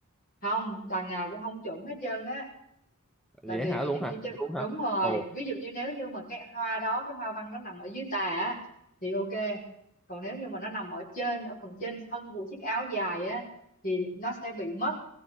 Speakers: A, on the left; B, in the centre.
A: không đằng nào cũng không chuẩn hết trơn á tại
B: Dễ
A: vì
B: hả
A: ví
B: luôn
A: dụ như
B: hả? Thiệt
A: chứ
B: luôn
A: đúng
B: hả?
A: rồi
B: Ồ,
A: ví dụ như nếu như mà cái hoa đó cái hoa văn nó nằm ở dưới tà á thì ok còn nếu như mà nó nằm ở trên ở phần trên thân của chiếc áo dài á thì nó sẽ bị mất